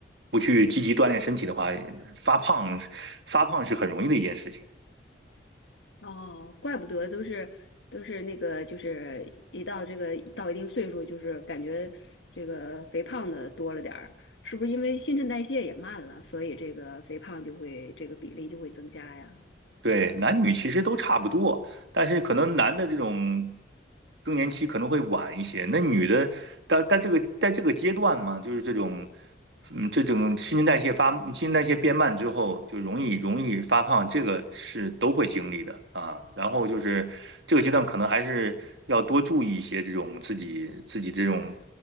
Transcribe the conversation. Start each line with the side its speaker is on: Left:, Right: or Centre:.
Right: 不去积极锻炼身体的话，发胖发胖是很容易的一件事情。
Left: 哦，怪不得都是都是那个，就是一到这个到一定岁数，就是感觉这个肥胖的多了点儿，是不是因为新陈代谢也慢了，所以这个肥胖就会这个比例就会增加呀？
Right: 对，男女其实都差不多。但是可能男的这种更年期可能会晚一些，那女的，但但这个在这个阶段嘛，就是这种，嗯，这种新陈代谢发新陈代谢变慢之后，就容易容易发胖，这个是都会经历的啊。然后就是这个阶段可能还是要多注意一些这种自己自己这种。